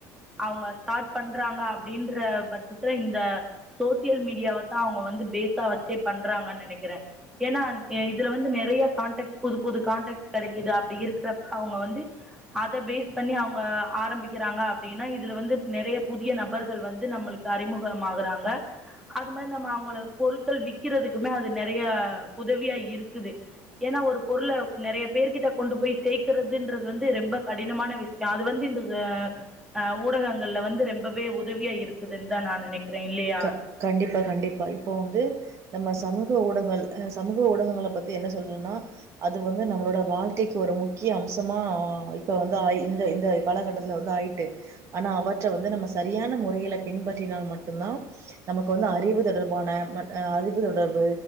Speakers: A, in the centre; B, on the right.
A: அவுங்க ஸ்டார்ட் பண்றாங்க அப்டின்ற பட்சத்துல இந்த சோசியல் மீடியாவத்தா அவுங்க வந்து பேஸா வச்சே பண்றாங்கன் நெனக்கிற ஏனா எ இதுல வந்து நெறைய கான்டக்ட்ஸ் புது புது கான்டாக்ட்ஸ் கெடைக்குது அப்டி இருக்கிறப்ப அவுங்க வந்து அத பேஸ் பண்ணி அவுங் க ஆரம்பிக்கிறாங்க அப்டின்னா இதுல வந்து நெறைய புதிய நபர்கள் வந்து நம்ளுக்கு அறிமுகமாகுறாங்க அது மாரி நம்ம அவுங்கள பொருள்கள் விக்குறதுக்குமே அது நெறைய உதவியா இருக்குது ஏனா ஒரு பொருள நெறையா பேர் கிட்ட கொண்டு போய் சேக்குறதுன்றது வந்து ரெம்ப கடினமான வி யோ அது வந்து இந்த அ அ ஊடகங்கள்ல வந்து ரெம்பவே உதவியா இருக்குதுன்தா நா நெனைக் கிறே இல்லயா
B: க கண்டிப்பா கண்டிப்பா இப்போ வந்து நம்ம சமூக ஊடங்கள் அ சமூக ஊடகங்கள பத்தி என்ன சொல்றேன்னா அது வந்து நம்மளோட வாழ்க்கைக்கு ஒரு முக்கிய அம்சமா இப்ப வந்து ஆயு இந்த இந்த காலகட்டத்துல வந்து ஆயிட்டு ஆனா அவற்ற வந்து நம்ம சரியான முறையில பின்பற்றினா மட்டுந்தா நமக்கு வந்து அறிவு தொடர்பான மற் அ அறிவு தொடர்பு